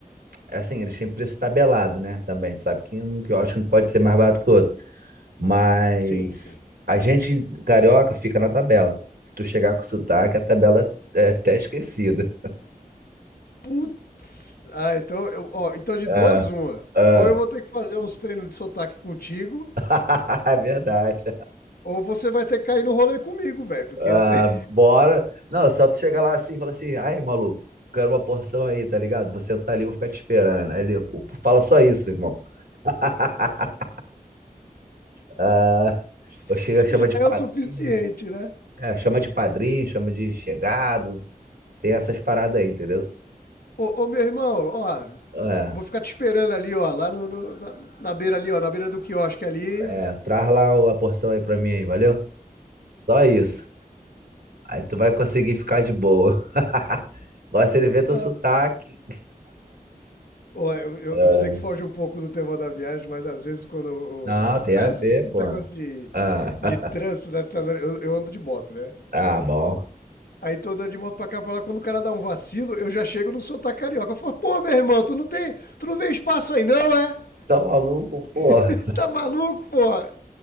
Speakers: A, on the right; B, on the left.
A: É Assim, eles têm preço tabelado, né? Também. Tu sabe que um quiosque não pode ser mais barato que o outro. Mas
B: sim, sim.
A: a gente carioca fica na tabela. Se tu chegar com sotaque, a tabela é até esquecida.
B: Putz. Ah, então, eu, ó, então de
A: Ah,
B: duas uma.
A: ah.
B: Ou eu vou ter que fazer uns treinos de sotaque contigo,
A: <laughs> É verdade.
B: ou você vai ter que cair no rolê comigo, velho, porque
A: Ah,
B: não tem-
A: bora. Não, só tu chegar lá assim e falar assim, ai, maluco, quero uma porção aí, tá ligado? Você tá ali, eu vou ficar te esperando. Aí ele, pô, fala só isso, irmão. <laughs> Ah, eu chego,
B: <laughs>
A: chama
B: já
A: de
B: é
A: padrinho,
B: o suficiente, né?
A: é, chama de padrinho, chama de chegado, Tem essas paradas aí, entendeu?
B: Ô, ô, meu irmão, ó,
A: É,
B: vou ficar te esperando ali, ó, lá no, no- na, na beira ali, ó, na beira do quiosque ali.
A: é, traz lá o- a porção aí pra mim aí, valeu? Só isso. Aí tu vai conseguir ficar de boa. <laughs> Gosta de ver teu
B: Ah,
A: sotaque.
B: ó, eu, eu-
A: É.
B: eu sei que foge um pouco do tema da viagem, mas às vezes quando. o-
A: Não, tem
B: o- sabe
A: a ver,
B: esses esses
A: pô.
B: negócios de,
A: Ah,
B: de
A: <laughs>
B: trânsito, né? você tá andando- Eu, eu ando de moto, né?
A: ah, bom.
B: Aí tô andando de moto pra cá pra lá, quando o cara dá um vacilo, eu já chego no sotaque carioca. Eu falo, pô, meu irmão, tu não tem. Tu não vê espaço aí, não, é?
A: Tá maluco, porra.
B: <laughs> Tá maluco, porra?